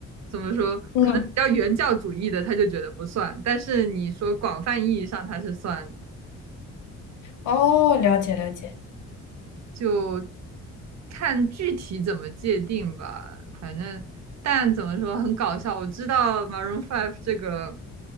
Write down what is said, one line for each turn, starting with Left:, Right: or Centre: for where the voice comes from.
Right: 怎么说，
Left: 嗯，
Right: 可能比较原教旨主义的，他就觉得不算，但是你说广泛意义上他是算
Left: 哦，了解了解。
Right: 就看具体怎么界定吧。反正，但怎么说很搞笑。我知道 Maroon Five 这个